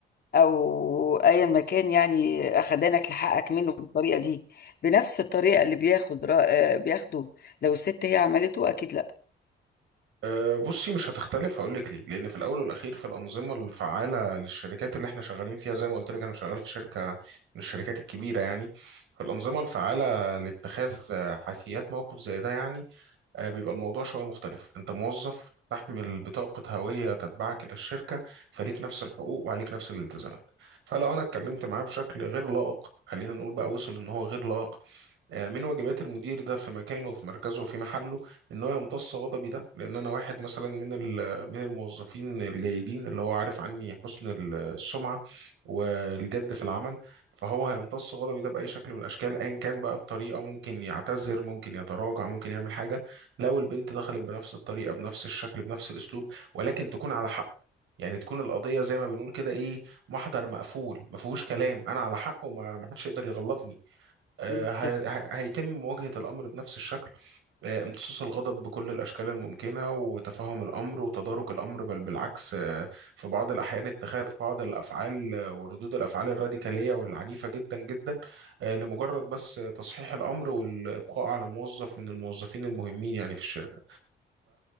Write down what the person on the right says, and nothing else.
أه بصي مش هتختلف هقول لك ليه لان في الاول والاخير في الانظمه الفعاله للشركات اللي احنا شغالين فيها زي ما قلت لك انا شغال في شركه من الشركات الكبيره يعني في الانظمه الفعاله لاتخاذ آه، حيثيات موقف زي ده يعني آه، بيبقى الموضوع شوية مختلف أنت موظف تحمل بطاقة هوية تتبعك إلى الشركة فليك نفس الحقوق وعليك نفس الالتزامات فلو أنا اتكلمت معاه بشكل غير لائق خلينا نقول بقى وصل إن هو غير لائق آه، من واجبات المدير ده في مكانه وفي مركزه وفي محله ان هو يمتص غضبي ده لان انا واحد مثلا من ال- من الموظفين الجيدين اللي هو عارف عني حسن ال- السمعه والجد في العمل فهو هيمتص غضبي ده باي شكل من الاشكال ايا كان بقى الطريقه ممكن يعتذر ممكن يتراجع ممكن يعمل حاجه لو البنت دخلت بنفس الطريقه بنفس الشكل بنفس الاسلوب ولكن تكون على حق يعني تكون القضيه زي ما بنقول كده ايه محضر مقفول ما فيهوش كلام انا على حق وما ما حدش يقدر يغلطني آه،
هي- هي- هيتم مواجهة الأمر بنفس الشكل آه، امتصاص الغضب بكل الأشكال الممكنة وتفهم الأمر وتدارك الأمر بل بالعكس آه، في بعض الأحيان اتخاذ بعض الأفعال آه، وردود الأفعال الراديكالية والعنيفة جدا جدا آه، لمجرد بس آه، تصحيح الأمر والإبقاء على موظف من الموظفين المهمين يعني في الشركة